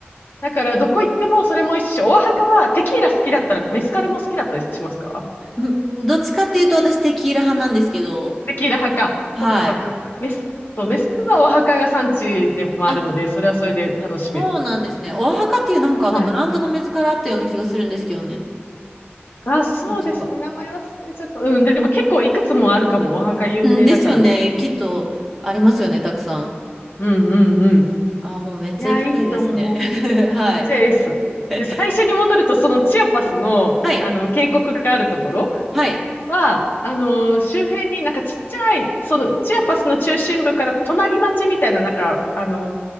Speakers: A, on the left; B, in the centre.
A: だから、どこ行ってもそれも一緒。オアハカはテキーラ好きだったらメスカルも好きだったりしますか
B: んんどっちかっていうと、私、テキーラ派なんですけど、
A: テキーラ派か。
B: はい。
A: そっかそっか。メス、そう、メスカルはオアハカが産地でもあるので、
B: あ、
A: それはそれで楽しめる。
B: そうなんですね。オアハカっていう、なんか、あの、
A: はい。
B: ブランドの水からあったような気がするんですけどね。
A: あ、そうですね。
B: 確か
A: 名前忘れちゃった。うん。でも結構いくつもあるかも。お墓有名だから。
B: うん、ですよね。きっとありますよね、たくさん。
A: うんうんうん。
B: ああ、もうめっちゃ行きたいですね。
A: いや、いいと思う。
B: <laughs> はい。
A: めっちゃエース。
B: <laughs>
A: で、最初に戻ると、そのチアパスの、
B: はい。
A: あの、渓谷があるところ
B: はい。
A: は、あのー周辺になんかちっちゃい、その、チアパスの中心部から隣町みたいな、なんか、あの、